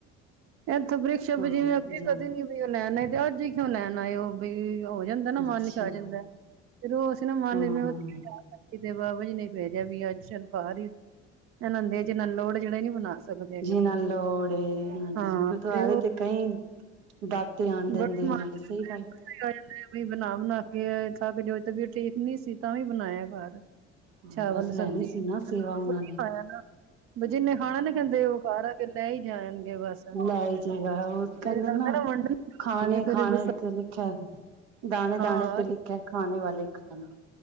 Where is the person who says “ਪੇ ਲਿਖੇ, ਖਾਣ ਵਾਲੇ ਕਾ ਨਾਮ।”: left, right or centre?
Right